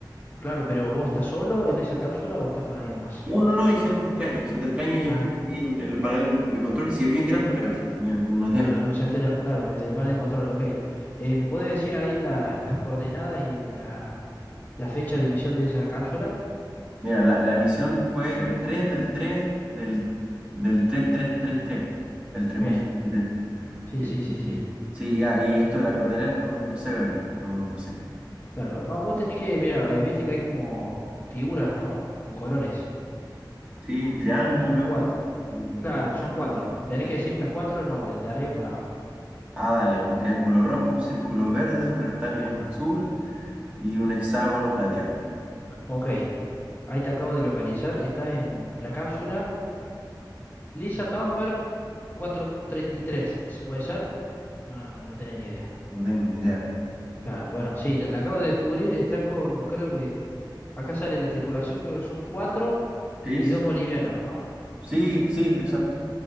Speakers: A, on the left; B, on the right.
A: claro, pero ¿vos estás solo en esa cápsula o estás con alguien más?
B: No, no, no, hay gente extraña, hay gente extraña y
A: Ah.
B: yo estoy aquí en, en el panel de control, si es bien grande la cápsula, mira, unos diez
A: Claro, claro, o sea, me estás lla- claro, me- desde el panel de control, ok. Eh, ¿me puedes decir ahí la- las coordenadas y la, la fecha de emisión de esa cápsula?
B: Mira, la, la emisión fue el tres del 3 del, del tres tres tres tres el 3033.
A: Bien, sí,
B: Eh,
A: sí, sí, sí,
B: eh, sí, ah, y esto de las coordenadas no, no sé verlo, no, no sé.
A: claro. No, vos tenés que, mira, eh, viste que hay como figuras, ¿no? Con colores.
B: Sí, un triángulo,
A: Son cuatro.
B: un
A: Claro,
B: rectángulo,
A: son cuatro. Tenés
B: sí.
A: que decirme las cuatro en orden, de arriba para abajo.
B: Ah, dale, un triángulo rojo, un círculo verde, un rectángulo
A: Bien,
B: azul. y un hexágono plateado.
A: ok. Ahí te acabo de localizar. Estás en la cápsula Lisa Thunberg cuatrocientos treinta y tres ¿puede ser? No, no, no tenía ni idea.
B: No tengo idea.
A: Claro, bueno, sí, la acabo de descubrir, están con, creo que, acá sale la tripulación, creo que son cuatro
B: Sí,
A: y
B: sí,
A: dos bolivianos, ¿no?
B: sí, sí, exacto.